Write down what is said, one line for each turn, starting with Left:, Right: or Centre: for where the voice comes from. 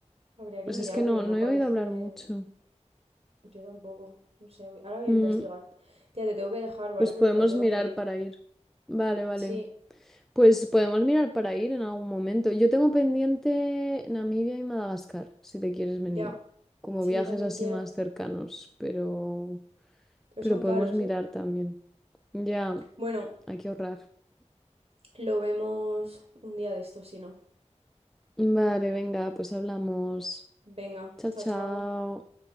Right: Habría
Centre: Pues
Right: que mirar,
Centre: es que no,
Right: pero no
Centre: no
Right: parece...
Centre: he oído hablar mucho.
Right: Yo tampoco, no sé, voy- ahora voy a
Centre: Mm,
Right: investigar. Tía, te tengo que dejar, ¿vale?
Centre: pues
Right: Porque
Centre: podemos
Right: me tengo
Centre: mirar
Right: que ir.
Centre: para ir. Vale, vale.
Right: Sí,
Centre: Pues podemos mirar para ir en algún momento. Yo tengo pendiente Namibia y Madagascar, si te quieres venir,
Right: ya.
Centre: como
Right: Sí,
Centre: viajes
Right: yo también
Centre: así
Right: quiero,
Centre: más cercanos, pero,
Right: pero
Centre: pero
Right: son
Centre: podemos
Right: caros,
Centre: mirar
Right: ¿eh?
Centre: también. Ya,
Right: Bueno,
Centre: hay que ahorrar.
Right: <clears throat> lo vemos un día de estos, si no.
Centre: Vale, venga, pues hablamos.
Right: Venga,
Centre: Chao,
Right: chao,
Centre: chao.
Right: chao.